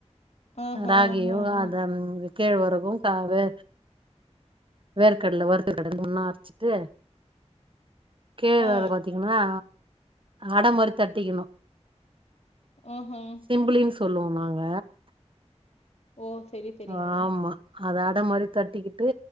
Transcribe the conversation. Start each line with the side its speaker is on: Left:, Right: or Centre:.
Left: ஆஹா
Right: ராகியு
Left: ஆஹா
Right: அது அந்த கேழ்வரகு கும் காது வேர்க்கடல வருத்த கடல ஒன்னா அரச்சுட்டு கேழ்வரகு
Left: ஆ
Right: பாத்தீங்க ன்னா அட மாரி தட்டிக்கணு
Left: ஓ ஹும்
Right: செம்புளின் சொல்லுவோம் நாங்க
Left: ஓ செரி செரிங்க
Right: ஆமா அத அட மாரி தட்டிக்கிட்டு